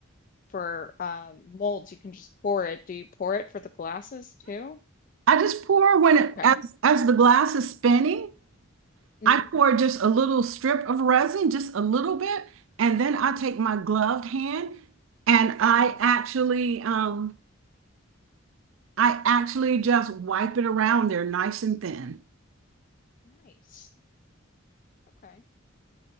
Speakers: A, on the left (about 40°); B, on the right (about 70°).
A: for um, molds you can just pour it. Do you pour it for the glasses too?
B: I just pour when it
A: Okay.
B: as as the glass is spinning,
A: hmm
B: I pour just a little strip of resin, just a little bit, and then I
A: hmm
B: take my gloved hand and I
A: hmm
B: actually um I actually just wipe it around there nice and thin.
A: Nice. Okay.